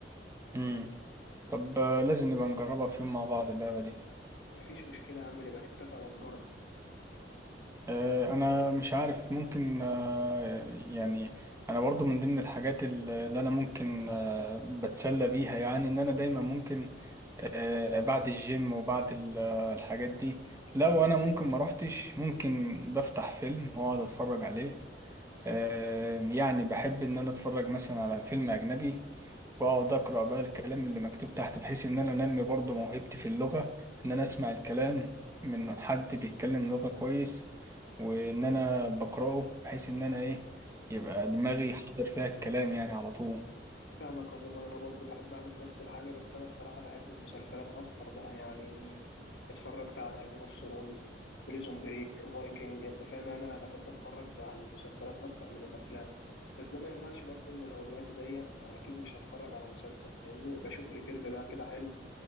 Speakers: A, on the right; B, on the left.
A: مم. طب آه، لازم نبقى نجربها في يوم مع بعض اللعبة دي
B: مفيش مشكله يا عم نبقى نتفق ونجرب
A: آه، انا مش عارف ممكن آه، يعني انا برضو من ضمن الحاجات اللي انا ممكن آه، بتسلى بيها يعني ان انا دايما ممكن آه، بعد الجيم وبعد ال- آه، الحاجات دي لو انا ممكن ما روحتش ممكن بفتح فيلم واقعد اتفرج عليه آه، يعني بحب ان انا اتفرج مثلا على فيلم اجنبي واقعد اقرا بقى الكلام اللي مكتوب تحت بحيث ان انا انمي برضو موهبتي في اللغه ان انا اسمع الكلام من حد بيتكلم لغه كويس وان انا بقراه بحيث ان انا ايه يبقى دماغي حاضر فيها الكلام يعني على طول
B: فاهمك عموما انا برضو بحب اعمل نفس الحاجه بس انا بصراحه بحب المسلسلات اكتر بقى يعني اتفرجت على جيم اوف ثرونز بريزون بريك فايكنج انت فاهم انا بحب اتفرج بقى على المسلسلات اكتر من الافلام بس ده ما يمنعش برضو ان لو الوقت ضيق اكيد مش هتفرج على مسلسل فاهمني بشوف لي فيلم بقى كده حلو